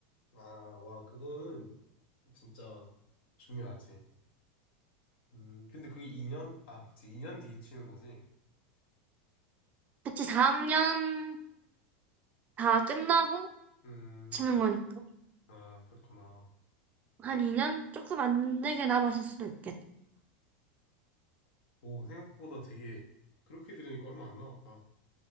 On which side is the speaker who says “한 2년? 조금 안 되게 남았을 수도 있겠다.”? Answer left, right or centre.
Right